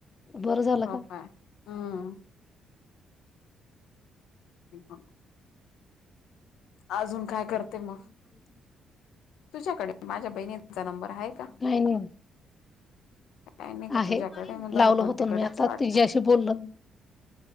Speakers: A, on the left; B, on the left.
A: बरं झालं
B: तळपाय
A: का
B: हम. बिक. अजून काय? करते
A: म
B: मग
A: पणचलेली.
B: तुझ्याकडे माझ्या बहिणीचा नंबर आहे का
A: काही नाही.
B: काय नाही का
A: आहे
B: तुझ्याकडे मग धनवंतीकडेच
A: लावलं होत मी आता
B: आहे वाटतं
A: तझ्याशी बोलल.